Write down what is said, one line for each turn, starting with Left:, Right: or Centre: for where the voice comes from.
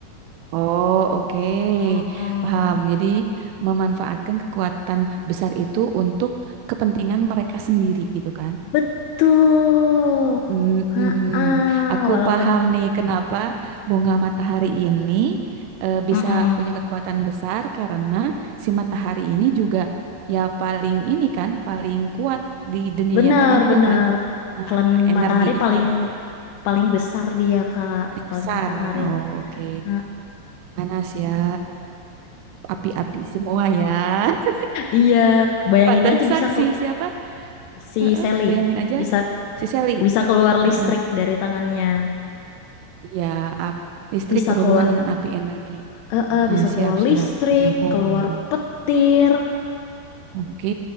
Right: Oh, oke.
Left: Mm-mm.
Right: Paham. Jadi memanfaatkan kekuatan besar itu untuk kepentingan mereka sendiri gitu kan.
Left: Betul.
Right: Mm-mm.
Left: Ha
Right: Aku
Left: walaupun
Right: paham nih kenapa bunga matahari ini eh,
Left: Mm-mm.
Right: bisa punya kekuatan besar karena si matahari ini juga ya paling ini kan paling kuat di dunia
Left: benar-benar
Right: nyatanya juga kan. Nah,
Left: klan
Right: energinya
Left: matahari paling
Right: paling
Left: paling besar dia Kak,
Right: paling
Left: klan
Right: besar.
Left: matahari.
Right: Oh, Oke.
Left: Ha
Right: Panas ya. Api-api semua ya. <laughs>
Left: Iya, bayangin
Right: Pantesan
Left: aja bisa ke
Right: sih siapa?
Left: si
Right: Heeh,
Left: Sally
Right: bayangin aja
Left: bisa
Right: si Sally.
Left: bisa keluar listrik
Right: Heeh.
Left: dari tangannya
Right: Iya, ap- listrik
Left: bisa
Right: berhubungan
Left: keluar
Right: dengan api energi.
Left: eh, eh,
Right: Heeh,
Left: bisa keluar
Right: siap, siap.
Left: listrik
Right: Nyambung,
Left: keluar
Right: nyambung.
Left: petir
Right: Oke,